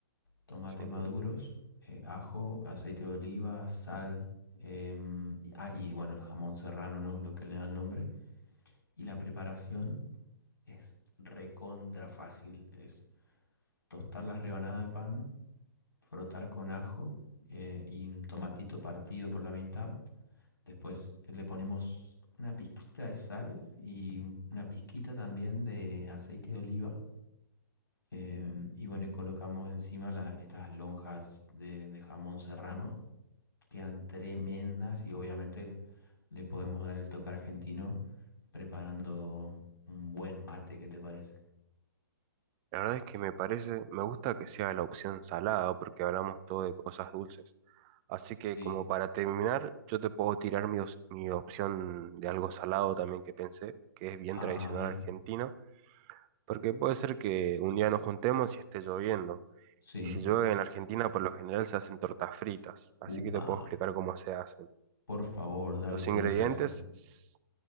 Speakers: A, on the left; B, on the right.
A: tomate
B: Sí.
A: maduros, eh, ajo, aceite de oliva, sal, em, y- ah, y bueno, el jamón serrano, ¿no? Lo que le da el nombre. Y la preparación es recontra fácil. Es tostar las rebanadas de pan, frotar con ajo eh, y un tomatito partido por la mitad. Después eh, le ponemos una pizquita de sal y un- una pizquita también de aceite de oliva Em, y bueno, y colocamos encima las, estas lonjas de, de jamón serrano. Quedan tremendas y obviamente le podemos dar el toque argentino preparando un buen mate, ¿qué te parece?
B: La verdad es que me parece, me gusta que sea la opción salada porque hablamos todo de cosas dulces. Así que
A: Sí.
B: como para terminar, yo te puedo tirar mi, os- mi opción de algo salado también que pensé, que es bien
A: Ah,
B: tradicional
A: bien.
B: argentino, porque puede ser que un día nos juntemos y esté lloviendo.
A: Sí.
B: Y si llueve en Argentina, por lo general se hacen tortas fritas, así
A: Upa.
B: que te puedo explicar cómo se hacen.
A: Por favor, dale
B: Los
A: que
B: ingredientes,
A: no sé hacer.
B: s-